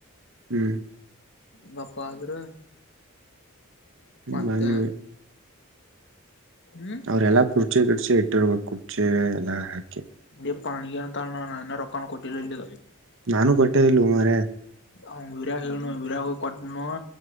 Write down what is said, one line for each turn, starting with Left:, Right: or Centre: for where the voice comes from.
Right: ಹ್ಞ
Left: ಪ್ಪ ಆದ್ರೆ ಮತ್ತೆ
Right: ಮನ್ವಿ
Left: ಹ್ಮ್
Right: ಅವ್ರೆಲ್ಲಾ ಕುರ್ಚಿ ಕಡ್ಸಿ ಇಟ್ಟಿರ್ಬೇಕ ಕುರ್ಚಿ ಎಲ್ಲಾ ಹಾಕಿ
Left: ಇ ಪಣಿಗೆನ ತ ಅ ರೊಕ್ಕಣ ಕೊಟ್ಟಿಲಲ್ಲಿ
Right: ನಾನು ಕೊಟ್ಟೇ ಇಲ್ ಉ ಮಾರ
Left: ಅವ್ ವರಾಗ್ ಹೇಳ ವರಾಗ್ ಕಟ್ ಬಣ್ಣ